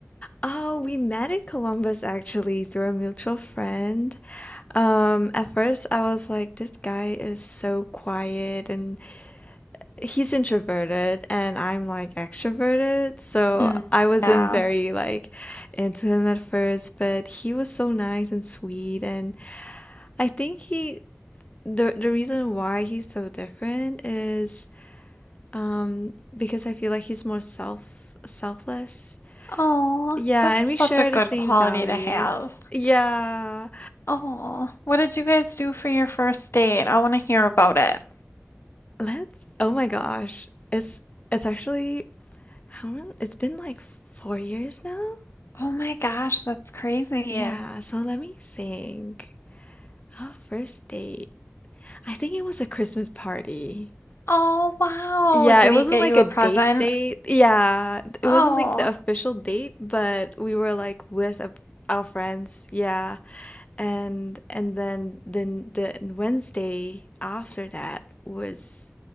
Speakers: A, on the left; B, on the left.
A: Oh, we met in Columbus actually through a mutual friend. Um, at first I was like, this guy is so quiet and he's introverted and I'm like extroverted. So
B: Mm,
A: I wasn't
B: yeah.
A: very like into him at first, but he was so nice and sweet and I think he the the reason why he's so different is um because I feel like he's more self selfless.
B: Oh,
A: Yeah,
B: that's
A: and we
B: such
A: share
B: a good
A: the same
B: quality
A: values.
B: to have.
A: Yeah.
B: Oh, what did you guys do for your first date? I want to hear about it.
A: Let's oh my gosh. It's it's actually how long it's been like four years now?
B: Oh my gosh, that's crazy.
A: Yeah, so let me think. Oh, first date. I think it was a Christmas party.
B: Oh, wow.
A: Yeah,
B: Did
A: it wasn't
B: he get
A: like
B: you
A: a
B: a
A: date
B: present?
A: date. Yeah, it
B: Oh.
A: wasn't like the official date, but we were like with a, our friends. Yeah, and and then then the Wednesday after that was